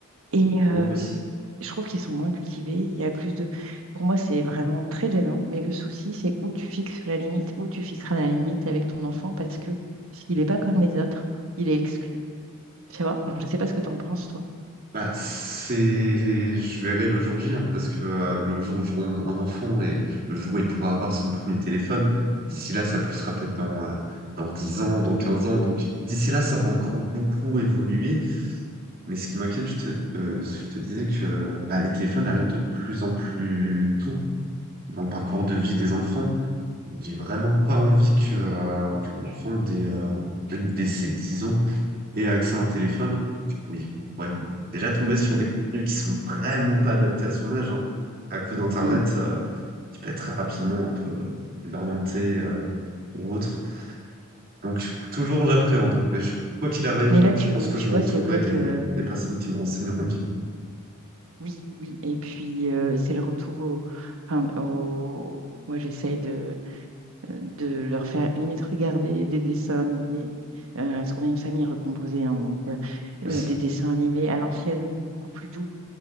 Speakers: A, on the right; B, on the right.
A: Et, euh,
B: Oh oui.
A: je trouve qu'ils sont moins cultivés. Il y a plus de. Pour moi, c'est vraiment très gênant. Mais le souci, c'est où tu fixes la limite, où tu fixeras la limite avec ton enfant, parce que s'il n'est pas comme les autres, il est exclu. Tu vois? Alors, je ne sais pas ce que tu en penses, toi.
B: Bah, c'est, c'est- je verrai le jour J, hein, parce que euh, le jour où j'aurai un enfant et le jour où il pourra avoir son premier téléphone, d'ici là, ça sera peut-être dans, euh, dans 10 ans, dans 15 ans. Donc, d'ici là, ça aura encore beaucoup évolué. Mais ce qui m'inquiète, je te, euh, je te disais que bah, les téléphones arrivent de plus en plus tôt dans le parcours de vie des enfants. J'ai vraiment pas envie que, euh, que mon enfant, dès, euh, dès ses 10 ans, ait accès à un téléphone. Oui, ouais, déjà tomber sur des contenus qui sont vraiment pas adaptés à son âge, hein. À coup d'Internet,
A: Mm.
B: euh, qui peut être très rapidement un peu désorienté, euh, ou autre. Donc, toujours j'appréhende. Mais je- quoi qu'il arrive,
A: Mais là, tu,
B: je pense que
A: tu
B: je m'entourerai
A: vois, c'est vrai
B: des,
A: que
B: des personnes qui me renseigneront bien.
A: oui, oui. Et puis, euh, c'est le retour au. Enfin, au... Moi, j'essaye de, de leur faire limite regarder des dessins animés. Euh, parce qu'on est une famille recomposée, hein, donc euh, euh,
B: Oui.
A: des dessins animés à l'ancienne, beaucoup plus doux